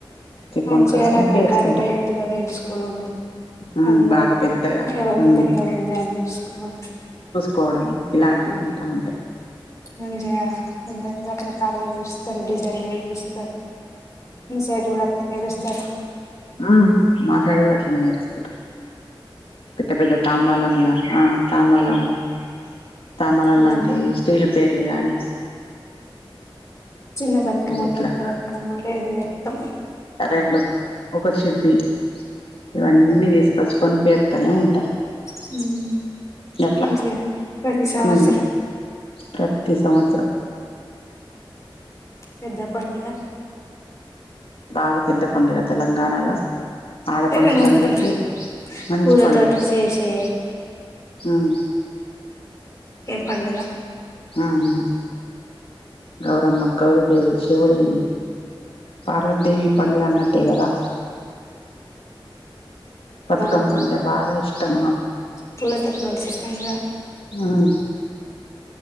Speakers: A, on the left; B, on the left.
A: మంచిగా
B: కొనుకొచ్చుకొని
A: రకరకాలుగా
B: పేర్చుకుంటాం
A: ఎత్తుగా వేలుసుకునుడు
B: ఉమ్
A: అందరూ
B: బాగా పెద్దగా
A: ఏవైతే
B: ఉమ్
A: పెద్దగ ఉంద అని చూసుకున్నా
B: కోవడము ఇలాంటివి ఉంటూ ఉంటాయి
A: ఏం చేయాలా రకరకాలుగా వేస్తరు డిజైన్లు ఇస్తారు మీ సైడ్ చూడండి వేస్ తరా
B: ఉ మా సైడ్ కూడా అట్లనే పేరుస్తారు పెద్ద పెద్ద తాంబాలంల తాంబాలంల <inaudible> తంబాలం
A: రకరకాల
B: లాంటి స్త్రీల్ పేర్లు కానీ
A: చిన్న బతుకమ్మ
B: ఇట్లా
A: పెద్ద బతుకమ్మ రెండు త్తం
B: రెండు ఒక సిబ్బి ఇవన్నీ తీసుకొచ్చుకొని పేతనే ఉన్
A: హమ్
B: అట్లా
A: మంచిగా ప్రతి సంవత్సరం
B: ఉమ్ ప్రతి సంవత్సరం
A: పెద్ద పండుగ
B: తాగ పెద్ద పండగ తెలంగాణలో ఆడపడుచులందరికీ
A: తెలంగాణ పెద్ద
B: మంచి
A: పూలతోటి
B: పండుగ
A: చేసే
B: హుమ్
A: పండగ
B: ఆ ఆ గౌరమ్మ గౌరీదేవి శివుడీ పార్వదేవి పండుగన్నట్టే కదా బతుకమ్మ
A: అవును
B: అంటే బాగా ఇష్టం
A: తుల తరగాలు చెప్పండ
B: హ్